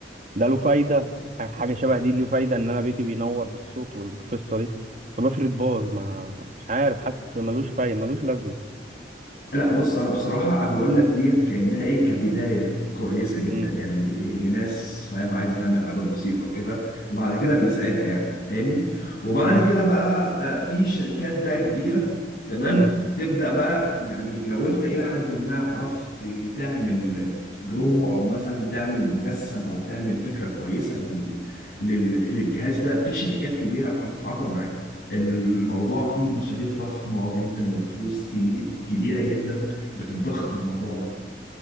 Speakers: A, on the right (about 45°); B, on the left (about 60°).
A: ده له فايدة ح- حاجة شبه دي له فايدة ان انا بيتي بينور بالصوت والقصة دي طب افرض باظ ما مش عارف حاسس ملوش فايدة ملوش لازمة
B: لا بص انا بصراحه انا بقول لك ديت كانها ايه كبدايه كويسه جدا
A: امم
B: يعني لناس فاهم عايزه تعمل حاجات بسيطه وكده وبعد كده بيساعدها يعني فاهمني وبعد
A: امم
B: كده بقى آه، في شركات بقى كبيره تمام
A: امم
B: تبدا بقى يعني لو انت الى حد ما عرفت تعمل برومو او مثلا تعمل مجسم او تعمل فكره كويسه لل... لل... للجهاز ده في شركات كبيره هتتعاقد معاك الموضوع فيه مصاريف ضخمة جدا وفلوس كبي- كبيرة جدا بتتضخ في الموضوع ده